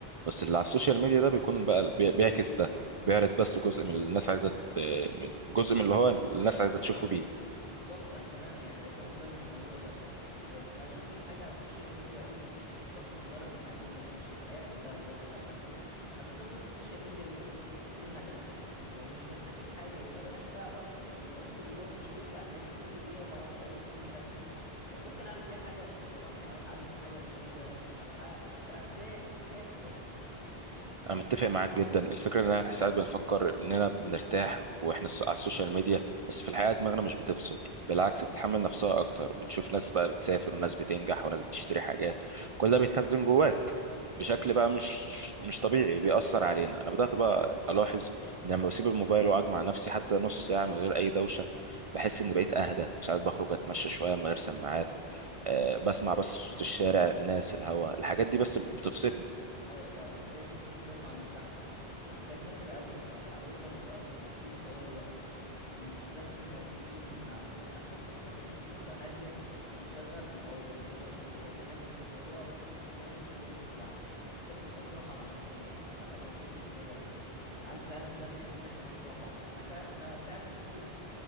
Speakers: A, on the right; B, on the left.
A: بس اللي على السوشيال ميديا ده بيكون بقى بي- بيعكس ده بيعرض بس جزء من اللي الناس عايزه ت- من- جزء من اللي هو الناس عايزه تشوفه بيه
B: بالظبط انا كمان يعني بقيت باخد بالي من الموضوع ده بقيت اشوف الحاجه على السوشيال ميديا اقول دي لقطه صغيره من حياه الناس مش الحياه كلها وبقيت اسال نفسي انا بستخدم السوشيال ميديا ليه اصلا ايه الهدف لو مش بستفيد حاجه يبقى بلاش اضيع وقتي لان الوقت اللي بيروح مش بيرجع تاني وكل دقيقه بقعد اقلب فيها كان ممكن اعمل بيها حاجه تفرحني او اتعلم حاجه مفيده او ح... حتى ارتاح ارتاح بجد
A: انا متفق معاك جدا الفكره ان احنا ساعات بنفكر اننا بنرتاح واحنا الس- على السوشيال ميديا بس في الحقيقه دماغنا مش بتفصل بالعكس بتحمل نفسها اكتر بتشوف ناس بقى بتسافر وناس بتنجح وناس بتشتري حاجات كل ده بيتخزن جواك بشكل بقى مش مش طبيعي وبيأثر علينا انا بدأت بقى الاحظ ان لما بسيب الموبايل واقعد مع نفسي حتى نص ساعه من غير اي دوشه بحس اني بقيت اهدى ساعات بخرج اتمشى شويه من غير سماعات أه بسمع بس صوت الشارع الناس الهواء الحاجات دي بس بتفصلني
B: ايوه فعلا الحاجات دي بتفصلنا عن الزحمه بس بقت نادره قوي احنا اتعودنا نبقى متواصلين طوال الوقت مش بس مركزين مع نفسنا لا حتى اللحظات اللي المفروض تبقى هاديه بنشغل موبايل نشغل فيديو اي حاجه يمكن الموضوع بس محتاج شويه وعي محتاج نبقى صراحه مع نفسنا هل انا مبسوط بكده هل فعلا ده بيخليني احس براحه انا فع انا فعلا حسيت